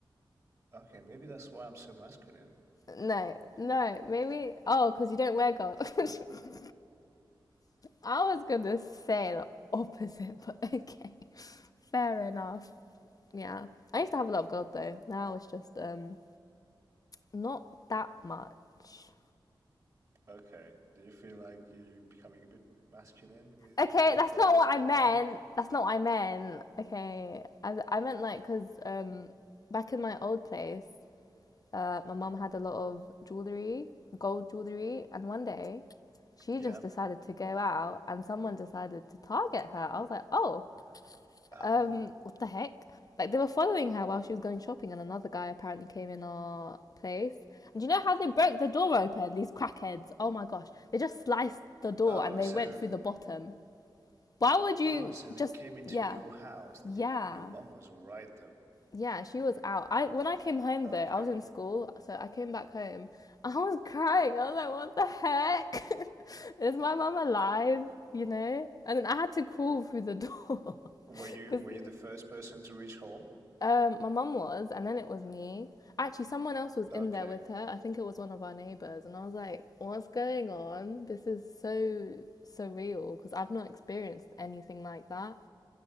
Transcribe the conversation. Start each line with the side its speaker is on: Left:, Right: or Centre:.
Right: Okay, maybe that's why I'm so masculine,
Left: No,
Right: because I don't really
Left: no,
Right: wear gold.
Left: maybe.
Right: <laughs>
Left: Oh, because you don't wear gold. <laughs> I was gonna say the opposite, <laughs> but okay, fair enough. Yeah, I used to have a lot of gold though. Now it's just um not that much.
Right: Okay. Do you feel like you are becoming a bit masculine with,
Left: Okay,
Right: because
Left: that's
Right: you have
Left: not
Right: less
Left: what
Right: gold
Left: I meant.
Right: now?
Left: That's not what I meant. Okay, I I meant like because um back in my old place, uh, my mum had a lot of jewelry, gold jewelry, and one day she
Right: Yeah.
Left: just decided to go out
Right: Yeah.
Left: and someone decided to target her. I was like, oh,
Right: Oh.
Left: Um, what the heck? Like they were following her while she was going shopping, and another guy apparently came in our place. And do you know how they broke the door open? These crackheads! Oh my gosh, they just sliced the door
Right: Oh,
Left: and they
Right: so
Left: went through the bottom. Why would you
Right: Oh, so they
Left: just?
Right: came into
Left: Yeah,
Right: your house. They
Left: yeah,
Right: Did, your mom was all right though.
Left: yeah. She was out. I when I came home
Right: Okay.
Left: though, I was in school, so I came back home. <laughs> I was crying. I was like, what the heck? <laughs> Is my mum alive? You know? And then I had to crawl through the door
Right: Were you
Left: because
Right: were you the first
Left: <laughs>
Right: person to reach home?
Left: Um, my mum was, and then it was me. Actually, someone else was in
Right: Okay.
Left: there with her. I think it was one of our neighbors, and I was like, "What's going on? This is so surreal because I've not experienced anything like that."